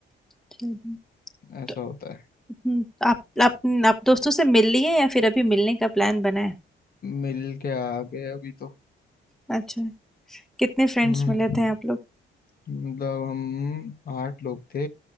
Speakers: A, in the centre; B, on the left (about 50°).
A: चलिए
B: ऐसा
A: तो
B: होता है
A: हम्म आप आप आप दोस्तों से मिल लिए या फिर अभी मिलने का प्लान बना है
B: मिल के आ गए अभी तो
A: अच्छा कितने फ्रेंड्स
B: हम्म,
A: मिले थे आप लोग
B: मतलब हम आठ लोग थे